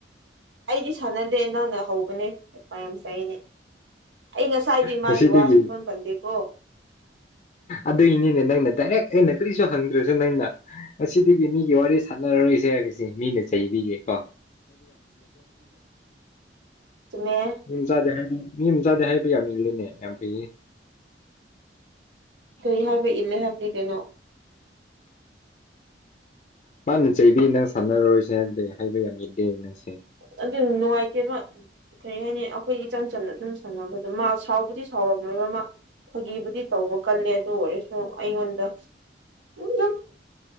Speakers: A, on the right (about 80°); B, on the left (about 40°).
A: ꯑꯩꯗꯤ ꯁꯥꯟꯅꯗꯦ ꯅꯪꯅ ꯍꯧꯕꯅꯦ ꯃꯌꯥꯝ ꯆꯅꯦ ꯑꯩ ꯉꯁꯥꯏꯗꯤ
B: ꯉꯁꯤꯗꯒꯤ
A: ꯃꯥꯒꯤ ꯋꯥꯁꯤꯡ ꯐꯣꯟ ꯐꯪꯗꯦꯀꯣ
B: ꯑꯗꯨꯏꯅꯤꯅꯦ ꯅꯪꯅ ꯗꯥꯏꯔꯦꯛ ꯑꯩꯅ ꯀꯔꯤꯁꯨ ꯍꯪꯗ꯭ꯔꯁꯨ ꯅꯪꯅ ꯉꯁꯤꯗꯒꯤ ꯃꯤꯒꯤ ꯋꯥꯔꯤ ꯁꯥꯟꯅꯔꯔꯣꯏꯁꯦ ꯍꯥꯏꯕꯁꯦ ꯃꯤꯅ ꯆꯩꯕꯤꯒꯦ ꯍ
A: ꯃꯦ
B: ꯃꯤ ꯆꯥꯗꯦ ꯍꯥꯏ ꯃꯤ ꯑꯃ ꯆꯥꯗꯦ ꯍꯥꯏꯕ ꯌꯥ ꯃꯤꯗꯨꯅꯦ ꯌꯥꯝ ꯐꯩꯌꯦ
A: ꯀꯔꯤ ꯍꯥꯏꯕ ꯏꯜꯂꯦ ꯍꯥꯏꯕꯗꯤ ꯀꯩꯅꯣ
B: ꯃꯥꯅ ꯆꯩꯕꯤ ꯅꯪ ꯁꯥꯟꯅꯔꯔꯣꯏꯁꯦ ꯍꯥꯏꯕꯗꯤ ꯍꯥꯏꯕ ꯌꯥꯝ ꯌꯥꯗꯦ ꯅꯪꯁꯦ
A: ꯑꯗꯨ ꯅꯨꯡꯉꯥꯏꯇꯦꯕ ꯀꯔꯤ ꯍꯥꯏꯅꯤ ꯑꯈꯣꯏ ꯏꯆꯝ ꯆꯝꯅ ꯑꯗꯨꯝ ꯁꯥꯟꯅꯕꯗꯣ ꯃꯥ ꯁꯥꯎꯕꯨꯗꯤ ꯁꯥꯎꯔꯝꯃꯣꯏꯕ ꯃꯥ ꯐꯥꯒꯤꯕꯨꯗꯤ ꯇꯧꯕ ꯀꯜꯂꯦ ꯑꯗꯨ ꯑꯣꯏꯔꯁꯨ ꯑꯩꯉꯣꯟꯗ ꯗꯨꯝ